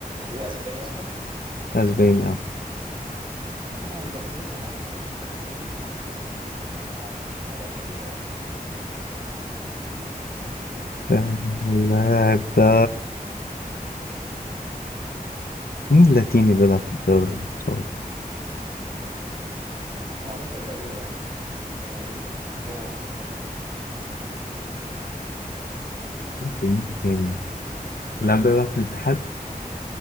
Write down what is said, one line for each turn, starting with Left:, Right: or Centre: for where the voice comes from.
Right: هو اسباني اصلا؟
Left: اسباني اه
Right: اه يبقى كده اسباني معتزل كان بيلعب في ريال مدريد او اتلتيكو مدريد مين اسباني معتزل
Left: آه،
Right: كان بيلعب
Left: اللاعب
Right: في ريال مدريد؟
Left: ده مين لاتيني بيلعب في الدوري السعودي
Right: هو عامة ما بقاش غير واحد يعني انت هو واحد فاهم؟
Left: مين تاني؟ اللاعب ده بيلعب في الاتحاد